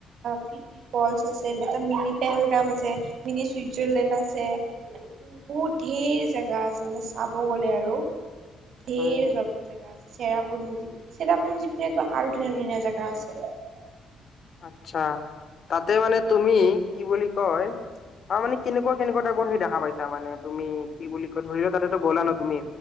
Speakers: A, on the right; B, on the left.
A: ফিফি ফলচ আছে, এটা মিনি পেলগাম আছে, মিনি চুইজাৰলেণ্ড আছে। বহুত ধেৰ জোগা আছে মানে চাব গলে আৰু ধঢেৰ
B: উম
A: জ জেগা আছে চেৰাপুঞ্জী চেৰাপুঞ্জী পিনেতো আৰু ধুনীয়া ধুনীয়া জেগা আছে <unintelligible>
B: আ্ছা তাতে মানে তুমি কি বুলি কয়? অ মানে কেনেকুৱা কেনেকুৱা টাইপত সেই দেখা পাইছা মানে তুমি কি বুলি কয় ধৰি লোৱা তাতো গ'লা ন তুমি